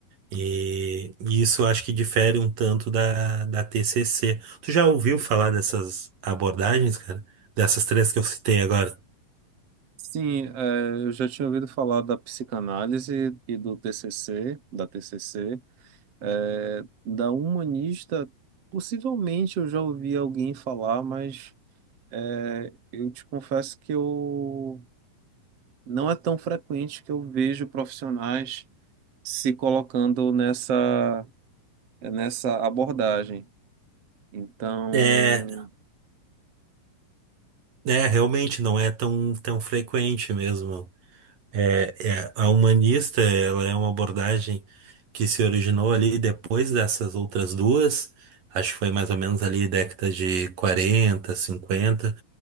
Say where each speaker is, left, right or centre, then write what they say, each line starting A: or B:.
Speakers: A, on the right; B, on the right.
A: E, e isso eu acho que difere um tanto da, da TCC. Tu já ouviu falar dessas abordagens, cara? Dessas três que eu citei agora?
B: Sim, é, eu já tinha ouvido falar da psicanálise e do TCC, da TCC, É, da humanista, possivelmente eu já ouvi alguém falar, mas é, eu te confesso que eu não é tão frequente que eu vejo profissionais se colocando nessa nessa abordagem. Então,
A: É, é, realmente não é tão, tão frequente mesmo. É, é, a humanista, ela é uma abordagem que se originou ali depois dessas outras duas, acho que foi mais ou menos ali década de 40 50